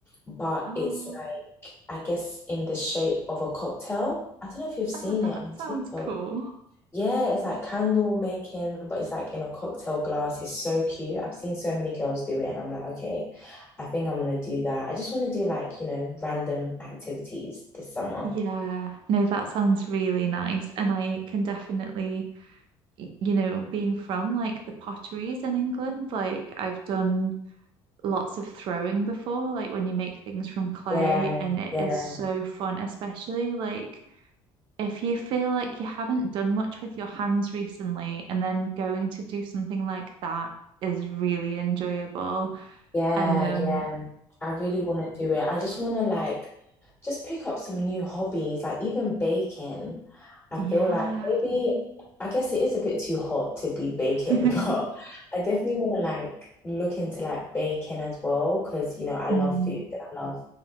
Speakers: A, on the left; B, on the right.
A: but
B: Oh,
A: it's like, I guess, in the shape of a cocktail. I don't know if you've seen
B: oh, that
A: it on
B: sounds
A: TikTok.
B: cool.
A: Yeah, it's like candle making, but it's like in a cocktail glass. It's so cute. I've seen so many girls do it, and I'm like, okay, I think I'm gonna do that. I just want to do like, you know, random activities this summer.
B: Yeah, no, that sounds really nice. And I can definitely, y- you know, being from like the potteries in England, like I've done lots of throwing before, like when you make things from clay,
A: Yeah,
B: and it
A: yeah,
B: is so fun, especially like if you feel like you haven't done much with your hands recently, and then going to do something like that is really enjoyable.
A: yeah,
B: And um,
A: yeah. I really want to do it. I just want to like just pick up some new hobbies, like even baking. I
B: <laughs> yeah.
A: feel like maybe, I guess it is a bit too hot to be baking,
B: <laughs>
A: <laughs> but I definitely want to like look into like baking as well because, you know, I
B: Mm.
A: love food. I love,